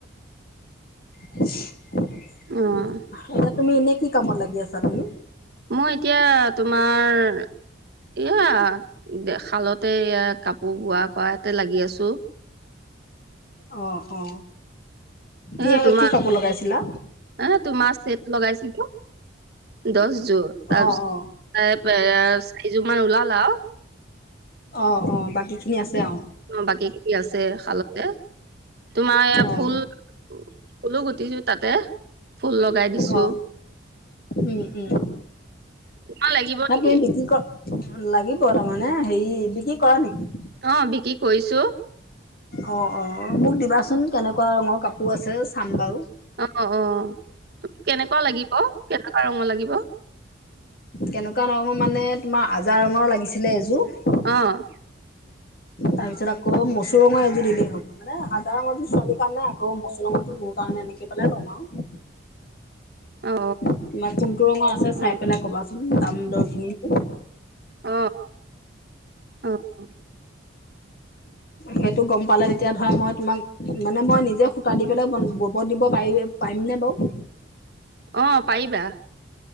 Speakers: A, on the left; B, on the right.
A: <unintelligible>
B: অ',
A: তুমি এনে কি কামত লাগি আছা তুমি?
B: মই এতিয়া তোমাৰ এয়া দে খালতে এয়া কাপোৰ বোৱা কৰা এতে লাগি আছো।
A: অ, অ। কি
B: এ তোমাৰ
A: কি কাপোৰ লগাইছিলা?
B: এ তোমাৰ চেট লগাইছিলো। দছ যোৰ, তাৰপিছত
A: অ', অ',
B: এ চাৰি যোৰ মান ওলাল আও।
A: অ অ বাকী খিনি আছে আও।
B: অ বাকী খিনি আছে শালতে। তোমাৰ এই
A: অ',
B: ফুল ফুলো গুটিছো তাতে, ফুল লগাই দিছো।
A: অ', উম উম
B: তোমাক লাগিব
A: হ
B: নেকি?
A: তুমি বিক্ৰী কৰ লাগিব তাৰমানে হেৰি, বিক্ৰী কৰা নেকি?
B: অ', বিকি কৰিছোঁ।
A: উম', অ', -অ', মোক দিবাচোন কেনেকুৱা ৰঙৰ কাপোৰ আছে, চাম বাৰু।
B: অ', -অ', কেনেকুৱা লাগিব, কেনেকুৱা ৰঙৰ লাগিব।
A: কেনেকুৱা ৰঙৰ মানে তোমাৰ আজা ৰঙৰ লাগিছিলে এযোৰ।
B: অঁ',।
A: তাৰ পিছত মচুৰ ৰঙৰ এযোৰ দিলেই হ'ব মানে আজাৰ ৰঙৰ দি ছোৱালীক। সেইকাৰণে আকৌ মচুৰ ৰঙটো মোৰ কাৰণে এনেকে পালেই লম আৰু।
B: অ
A: তোমাৰ কোনটো ৰঙৰ আছে
B: অ
A: চাই পিনে কবাচোন দাম-দৰ খিনিটো।
B: অ', অ', -অ',।
A: সেইটো গম পালে তেতিয়া ধৰা মই তোমাক মানে মই নিজে সুতা দি পেলাই বন-ববত দিব পাৰি। পাৰিম নে বাৰু?
B: অ', পাৰিবা।